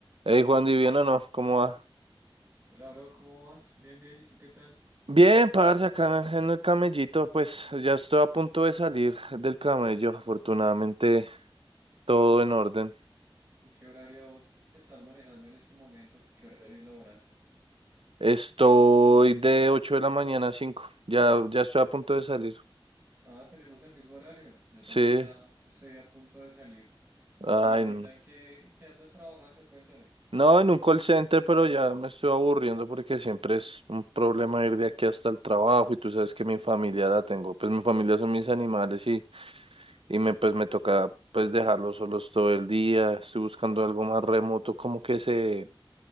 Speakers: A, on the right; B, on the right.
A: Hey Juan ¿y bien ¿o no? ¿Cómo va?
B: Hola, bro, ¿cómo vas? Bien, bien, ¿y tú qué tal?
A: Bien, parce, acá en el en el camellito, pues ya estoy a punto de salir del camello, afortunadamente todo en orden.
B: ¿Qué horario estás manejando en este momento? ¿Qué horario laboral?
A: Estoy de ocho de la mañana a 5. ya, ya estoy a punto de salir.
B: Ah, tenemos el mismo horario. Yo
A: Sí,
B: también ya estoy a punto de salir.
A: ay,
B: ¿Y ahorita
A: no,
B: en qué, qué andas trabajando? Cuéntame.
A: No, en un call center, pero ya me estoy aburriendo porque siempre es un problema ir de aquí hasta el trabajo y tú sabes que mi familia la tengo, pues mi familia son mis animales y me pues me toca pues dejarlos solos todo el día, estoy buscando algo más remoto como que se